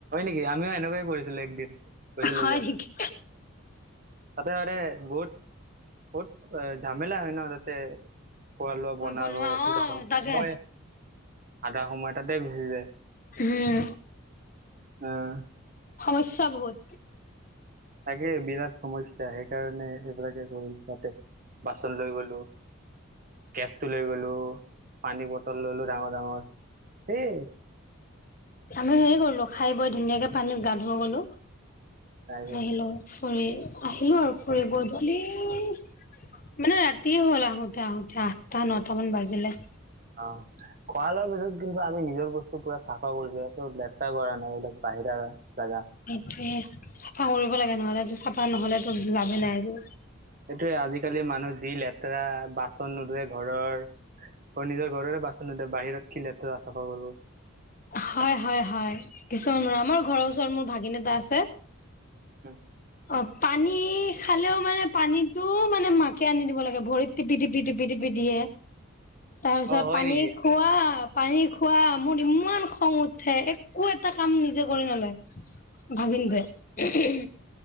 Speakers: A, on the right (about 40°); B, on the left (about 40°).
A: স আমিও এনেকুৱাই কৰিছিলো একদিন কৈছিলো
B: হয়
A: যে,
B: নেকি?
A: তাতে মানে। বহুত বহুত ঝামেলা হয় ন তাতে, খোৱা লোৱা
B: গৈ
A: বনাব।
B: বনোৱা
A: কিবা
B: অ
A: হ'লো,
B: তাকে
A: সময় আধা সময় তাতে ঘুচি যায়।
B: উম।
A: অহ।
B: সমস্যা বহুত।
A: তাকে বিৰাট, সমস্যা সেইকাৰণে এইবিলাকে গল তাতে বাচন লৈ গলো। কেচ টো লৈ গলো। পানীৰ বটল ললো ডাঙৰ ডাঙৰ। সেই
B: আমি হে কৰিলো খাই বৈ ধুনীয়াকে পানীত গা ধুৱ গলো।
A: তাকে
B: আহিলো ফুৰি আহিলো আৰু ফুৰিব, ধূলি, মানে ৰাতিয়ে হ'ল আহোতে আহোতে আঠটা নটা মান বাজিলে।
A: অ' খোৱা লোৱাৰ পিছত কিন্তু আমি নিজৰ বস্তু পুৰা চাফা কৰিছো এইটো লেতেৰা কৰা নাই। এইবিলাক বাহিৰা জাগা
B: সেইটোয়ে চাফা কৰিব লাগে, নহলে এই চাফা নহলেতো লাভে নাই যে।
A: সেইটোয়ে আজিকালি মানুহ যি লেতেৰা বাচন নোধোৱে ঘৰৰ। আৰু নিজৰ ঘৰৰে বাচন নোধোৱে, বাহিৰত কি লেতেৰা চাফা কৰিব।
B: হয় হয় হয়, কিছুমান <unintelligible> আমাৰ ঘৰৰ ওচৰত মোৰ ভাগিন এটা আছে।
A: অ'।
B: অ' পানী খালেও মানে পানীটো মানে মাকে আনি দিব লাগে। ভৰিত টিপি টিপি টিপি টিপি। দিয়ে।
A: <inaudible>
B: তাৰ পিছত
A: অ হয়
B: পানী
A: নেকি
B: খোৱা, পানী খোৱা মোৰ ইমান খং উঠে, একো এটা কাম নিজে কৰি নালয়। ভাগিনটোৱে,